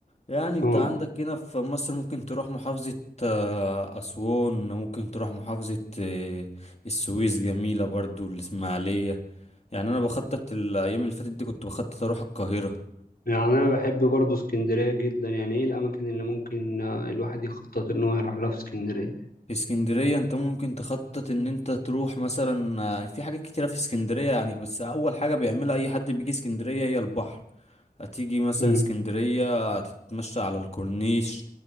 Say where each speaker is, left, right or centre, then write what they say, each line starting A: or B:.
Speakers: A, on the left; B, on the left.
A: يعني انت
B: أه
A: عندك هنا في مصر ممكن تروح محافظة آه، أسوان ممكن تروح محافظة آه، السويس جميلة برضو الإسماعيلية يعني أنا بخطط الأيام اللي فاتت دي كنت بخطط أروح القاهرة
B: يعني أنا بحب برضه اسكندرية جدا يعني إيه الأماكن اللي ممكن آه، الواحد يخطط إن هو يروح لها في اسكندرية
A: في اسكندرية انت ممكن تخطط ان انت تروح مثلا آه، في حاجات كتيرة في اسكندرية يعني بس أول حاجة بيعملها أي حد بيجي اسكندرية هي البحر هتيجي مثلا
B: مم.
A: اسكندرية هتتمشى على الكورنيش